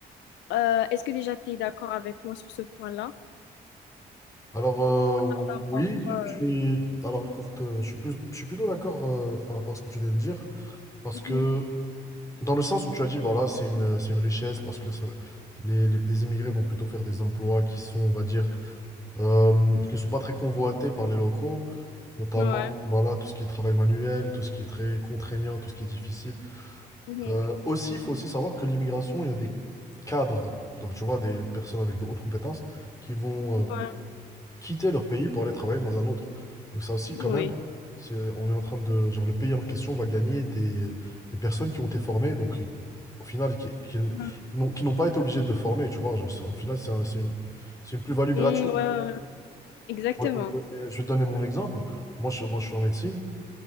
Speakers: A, on the left; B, on the left.
A: Euh, est-ce que déjà tu es d'accord avec moi sur ce point-là?
B: Alors euh,
A: T'en
B: oui,
A: penses quoi,
B: je suis. Alors écoute, euh, je suis plus, je suis plutôt d'accord euh, par rapport à ce que tu viens de dire, parce
A: euh
B: que dans le sens où tu as dit voilà, c'est une, c'est une richesse parce que ça- les, les- les immigrés vont plutôt faire des emplois qui sont, on va dire, euh, qui ne sont pas très convoités par les locaux, notamment
A: Mhm. Ouais.
B: voilà tout ce qui est travail manuel, tout ce qui est très contraignant, tout ce qui est difficile.
A: Mhm.
B: Euh, aussi, il faut aussi savoir que l'immigration, il y a des cadres, donc, tu vois, des personnes avec de hautes compétences qui vont euh,
A: Ouais.
B: quitter leur pays pour aller travailler dans un autre. Donc ça aussi, quand
A: Oui.
B: même, c'est, on est en train de, genre, le pays en question va gagner des, des personnes qui ont été formées, donc au final, qui, qui n-
A: Mm,
B: n'ont qui n'ont pas été obligés de former, tu vois. Genre, c'est- au final, c'est un- c'est une, c'est une plus-value gratuite.
A: ouais, ouais, ouais. Exactement.
B: Moi, je vais te donner, je vais te donner mon exemple. Moi, je, moi, je suis en médecine.